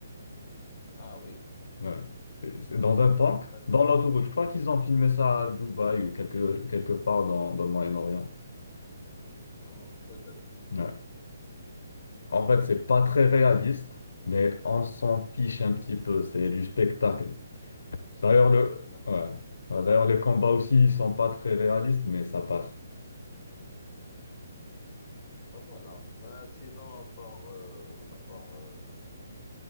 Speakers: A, on the left; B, on the left.
A: Ah oui,
B: Ouais. C'est c'est dans un tank,
A: Ah,
B: dans l'autoroute. Je crois qu'ils ont filmé ça à Dubaï ou quelque, quelque part dans, dans le Moyen-Orient.
A: hum, hum, peut-être
B: Ouais. En fait, c'est pas très réaliste, mais on s'en fiche un petit peu. C'est du spectacle.
A: du
B: D'ailleurs,
A: spectacle,
B: le,
A: exact.
B: ouais. Ouais, D'ailleurs, les combats
A: Euh,
B: aussi, ils sont pas très réalistes, mais ça passe.
A: bah, voilà. Bah, sinon, à part, euh, à part euh,